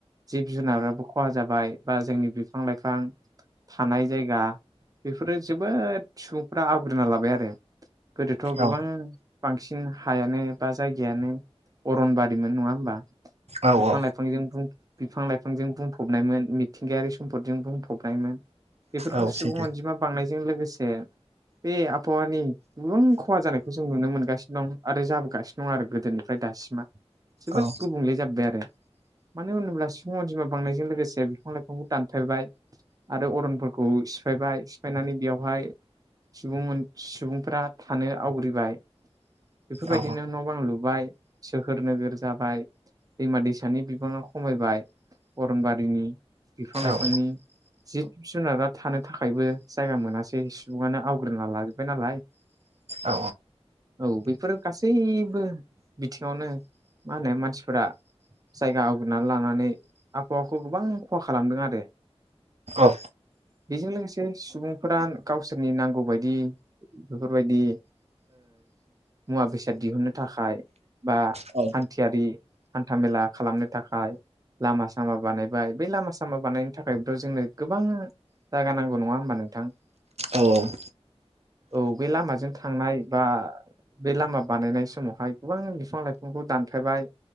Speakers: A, on the right; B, on the right.
A: जिब जुनाराबो खहा जाबाय बा जोंनि बिफां-लाइफां थानाय जायगा बेफोरो जोबोद सुबुंफ्रा आवग्रिना लाबाय आरो गोदोथ' गोबां
B: औ
A: बांसिन हायानो बा जायगायानो अरनबारिमोन नङा होमबा
B: औ
A: बिफां
B: औ
A: लाइफांजों बिफां लाइफांजों बुंफबनायमोन। मिथिंगायारि सम्पदजों बुंफबनायमोन बेफोरखौ
B: औ सैथो
A: सुबुं अनजिमा बांनायजों लोगोसे बे आबहावानि गोबां खहा जानायखौ जों नुनो मोनगासिनो दं आरो जाबोगासिनो दं नङा आरो गोदोनिफ्राय दासिमा जोबोद
B: औ
A: गुबुंले जाब्बाय आरो मानो होनोब्ला सिफुं अनजिमा बांनायजों लोगोसे बिफां लाइफांखौ दानफायबाय आरो अरनफोरखौ सिफायबाय सिफायनानै बेयावहाय सुबुं सुबुंफोरा थानो आवग्रिबाय बेफोरबायदिनो
B: औ
A: न' बां लुबाय सोहोर नोगोर जाबाय दैमा दैसानि बिबाङा खमायबाय अरनबारिनि बिफां लाइफांनि
B: औ
A: जिब जुनारा थानो थाखायबो जायगा मोनासै सुबुङानो आवग्रिना लाजोब्बाय नालाय
B: औ।
A: औ बेफोरो गासैबो बिथिङावनो मा होनो मानसिफोरा जायगा आवग्रिनानै लानानै आबहावाखौ गोबां फ' खालामदों आरो
B: औ
A: बेजों लोगोसे सुबुंफोरा गावसोरनि नांगौ बायदि बेफोरबायदि मुवा बेसाद दिहुनो थाखाय बा
B: औ
A: हान्थियारि हान्थाामेला खालामनो थाखाय लामा सामा बानायबाय बे लामा सामा बानायनो थाखायथ' जोंनो गोबां जायगा नांगौ नङा होमबा नोंथां
B: औ औ।
A: औ बे लामाजों थांनाय बा बे लामा बानायनाय समावहाय गोबां बिफां लाइफांखौ दानफायबाय